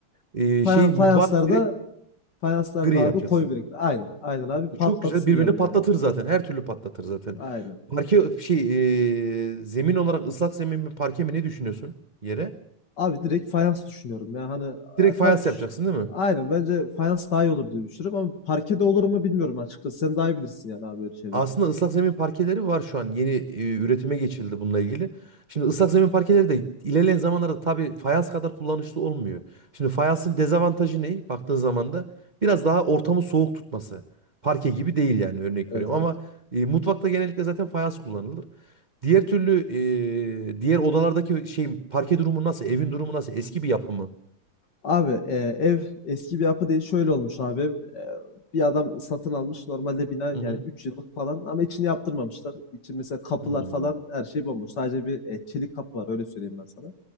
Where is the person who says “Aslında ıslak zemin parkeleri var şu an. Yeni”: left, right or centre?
Right